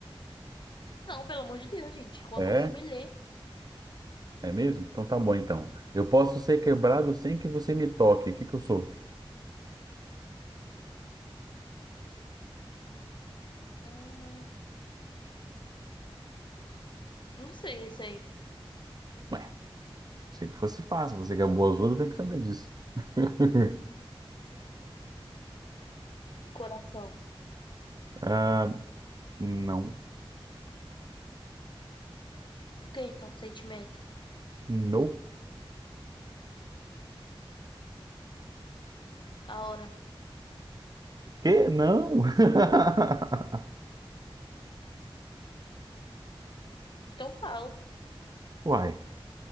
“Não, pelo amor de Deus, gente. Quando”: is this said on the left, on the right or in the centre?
Left